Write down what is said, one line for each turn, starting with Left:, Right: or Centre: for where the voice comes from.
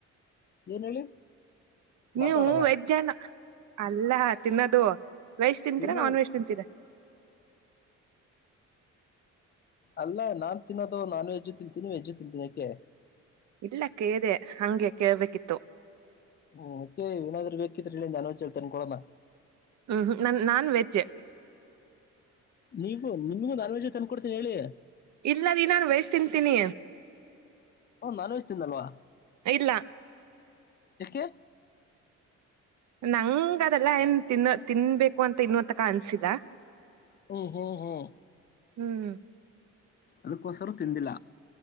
Left: ಏನ್ ಹೇಳಿ.
Right: ನೀವು
Left: ಮಾತಾಡೋದ
Right: ವೆಜ್ಜನ ಅಲ್ಲಾ ಹ ತಿನ್ನದು, ವೆಜ್ ತಿಂತೀರಾ
Left: ತಿನ್ನೋದು
Right: ನನ್ ವೆಜ್ ತಿಂತೀರಾ?
Left: ಅಲ್ಲ ನಾನ್ ತಿನ್ನೋದು ನಾನ್ ವೆಜ್ಜು ತಿಂತೀನಿ ವೆಜ್ಜು ತಿಂತೀನ ಯಾಕೆ?
Right: ಇಲ್ಲ ಕೇಳದೆ ಹಂಗೆ ಕೇಳ್ಬೇಕಿತ್ತು.
Left: ಹ್ಮ್ ಓಕೆ ಏನಾದ್ರು ಬೇಕಿದ್ರ ಅನ್ೋಳ್ ತನ್ಕೊಳಣ.
Right: ಹ್ಮ್ ನನ್ ನಾನ್ವೆೆಜ್
Left: ನೀವು ನಿಮಗೂ ನಾಲ್ವೇ ಜ ತಂದ ಕೊಡ್ತೀನಿ ಹೇಳಿ
Right: ಇಲ್ಲ ರೀ ನಾನು ವಯಸ್ ತಿಂತೀನಿ
Left: ನಲೋ್ಿಂದಲ್ವಾ
Right: ಇಲ್ಲ‌
Left: ಯಾಕೆ
Right: ನಂಗ ಅದೆಲ್ಲ ಎನ್ ತಿನ್ನ ತಿನ್ಬೇಕು ಅಂತ ಇನ್ನುವಂತಕ ಅನ್ಸಿಲ್ಲ.
Left: ಓ ಹೋ ಹ್ಮ
Right: ಹ್ಮ್್ಮ
Left: ಅದಕ್ಕೋಸ್ಕರ ತಿಂದಿಲ್ಲ